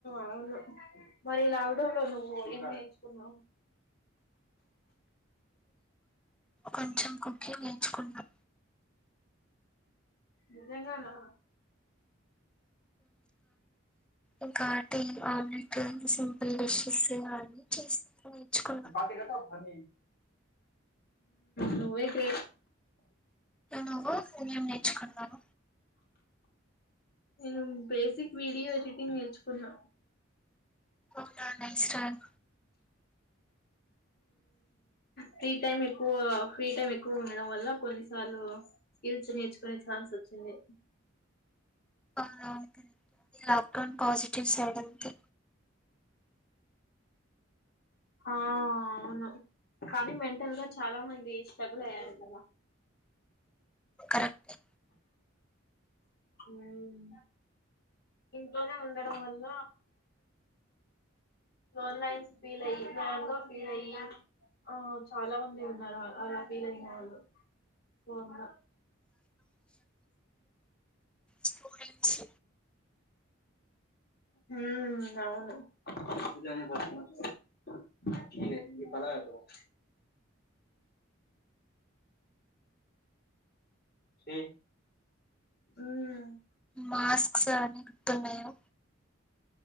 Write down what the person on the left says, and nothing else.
అవును మరి లాక్డౌన్ లో నువ్వు ఏం నేర్చుకున్నావు
నిజంగానా
ఉ నువ్వే గ్రేట్
నేను బేసిక్ వీడియో ఎడిటింగ్ నేర్చుకున్నా
ఫ్రీ టైమ్ ఎక్కువ ఫ్రీ టైమ్ ఎక్కువ ఉండడం వల్ల కొన్నిసార్లు స్కిల్స్ నేర్చుకునే ఛాన్స్ వచ్చింది
ఆ అవును కానీ మెంటల్ గా చాలా మంది స్ట్రగుల్ అయ్యారు కద
ఉమ్ ఇంట్లోనే ఉండడం వల్ల వాల్ నైన్స్ ఫిలై వాల్గో ఫిలయ్య ఆ చాలా మంది ఉన్నారు అలా ఫీల్ అయిన వాళ్ళు ఓందో
ఉమ్మ్ అవును <unintelligible> ఉమ్మ్